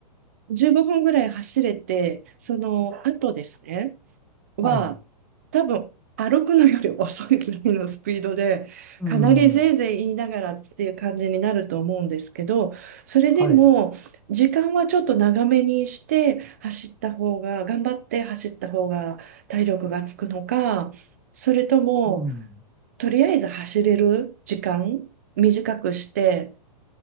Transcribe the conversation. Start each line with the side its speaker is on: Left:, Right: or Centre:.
Right: 15分ぐらい走れてその後ですねは、
Centre: はい、
Right: 多分歩くのより遅いぐらいのスピードで、
Centre: うん、
Right: かなりぜいぜい言いながらっていう感じになると思うんですけど、それでも、
Centre: はい、
Right: 時間はちょっと長めにして走った方が、頑張って走った方が体力がつくのか、それとも、
Centre: うん。
Right: とりあえず走れる時間短くして、